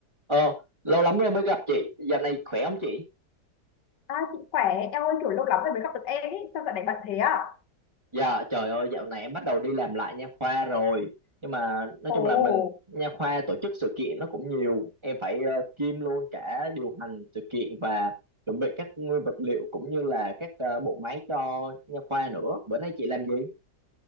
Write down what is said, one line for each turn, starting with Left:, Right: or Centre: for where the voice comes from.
Right: Ờ, lâu lắm rồi mới gặp chị. Dạo này khỏe không chị?
Left: À, chị khỏe, em ơi kiểu lâu lắm rồi mới gặp được em ý, sao dạo này bận thế à?
Right: Dạ, trời ơi, dạo này em bắt đầu đi làm lại nha khoa rồi. Nhưng mà nói
Left: Ồ,
Right: chung là mình nha khoa tổ chức sự kiện nó cũng nhiều. Em phải uh, kiêm luôn cả điều hành sự kiện và chuẩn bị các nguyên vật liệu cũng như là các ờ, bộ máy cho nha khoa nữa. Bữa nay chị làm gì?